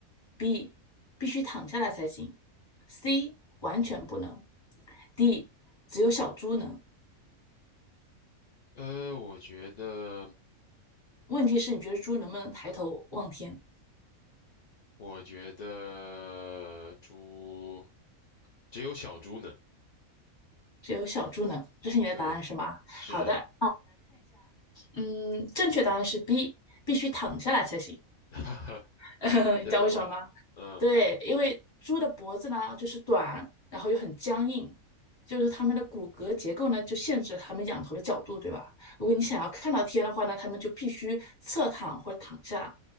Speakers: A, on the left; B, on the left.
A: ，B 必须躺下来才行，C 完全不能，D 只有小猪能。
B: 呃，我觉得，
A: 问题是你觉得猪能不能抬头望天？
B: 我觉得猪只有小猪能。
A: 只有小猪能，这是你的答案是吗？
B: 对，是，
A: 好的，嗯，正确答案是 B，必须躺下来才行。
B: <laughs>
A: <laughs>
B: 真的吗？
A: 你知道为什么吗？
B: 嗯
A: 对，因为猪的脖子呢就是短，然后又很僵硬，就是它们的骨骼结构呢就限制了它们仰头的角度，对吧？如果你想要看到天的话呢，
B: 嗯，
A: 它们就必须侧躺或躺下。